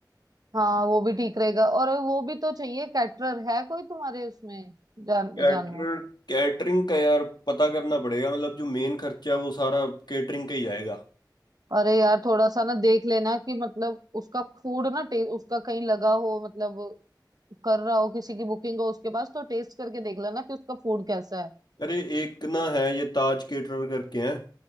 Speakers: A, on the right; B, on the left.
A: हाँ वो भी ठीक रहेगा और वो भी तो चाहिए कैटरर है कोई तुम्हारे उसमें जान
B: कैटर
A: जान में
B: कैटरिंग का यार पता करना पड़ेगा मतलब जो मेन खर्चा है वो सारा कैटरिंग का ही जाएगा
A: अरे यार थोड़ा सा ना देख लेना कि मतलब उसका फूड ना टेस्ट उसका कहीं लगा हो मतलब कर रहा हो किसी की बुकिंग हो उसके पास तो टेस्ट करके देख लेना कि उसका फूड कैसा है
B: अरे एक ना है ये ताज केटरर करके हैं